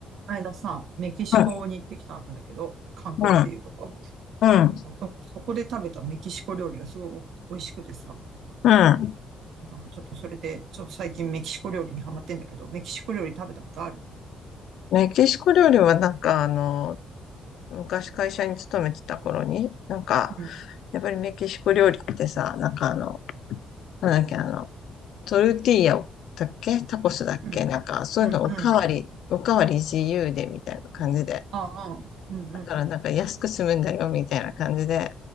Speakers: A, on the right; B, on the left.
A: 間さ、メキシコに行ってきたんだけど、
B: うん、
A: カンクンっていうとこ。
B: うん、うん、
A: そ、そこで食べたメキシコ料理がすごい美味しくてさ、
B: うん。
A: なんかちょっとそれで、ちょっと最近メキシコ料理にハマってんだけど、メキシコ料理食べたことある
B: メキシコ料理はなんかあの、昔会社に勤めてた頃に、なんか、
A: うん、
B: やっぱりメキシコ料理ってさ、なんかあの、なんだっけ、あの、トルティーヤだっけタコスだっけなんか、
A: うん、
B: そういうのおかわり、
A: うん、うん。
B: おかわり自由でみたいな感じで。
A: ああ、うん、
B: だからなんか安く済むんだよみたいな感じで
A: うん、